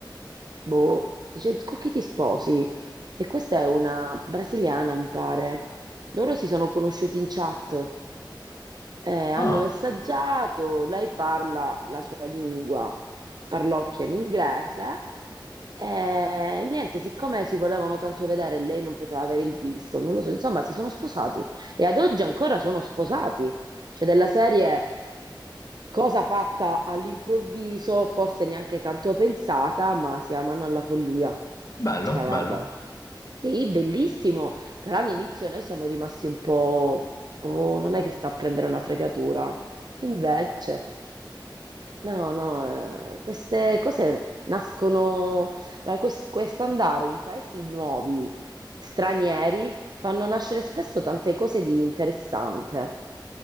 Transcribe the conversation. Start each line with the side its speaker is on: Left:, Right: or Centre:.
Right: Boh, dice, con chi ti sposi? E questa è una brasiliana, mi pare. Loro si sono conosciuti in chat. Eh, hanno
Left: ah,
Right: messaggiato, lei parla la sua lingua, parlocchia l'inglese. E niente, siccome si volevano tanto vedere e lei non poteva avere il visto, non lo so, insomma, si sono sposati e ad oggi ancora sono sposati. Cioè, della serie cosa fatta all'improvviso, forse neanche tanto pensata, ma si amano alla follia.
Left: bello,
Right: Cioè, guarda.
Left: bello,
Right: Sì, bellissimo, però all'inizio noi siamo rimasti un po', "Oh, non è che sta a prendere una fregatura. Invece, no, no, eh, queste cose nascono, allora, quest- questo andare in paesi nuovi, stranieri, fanno nascere spesso tante cose di interessante.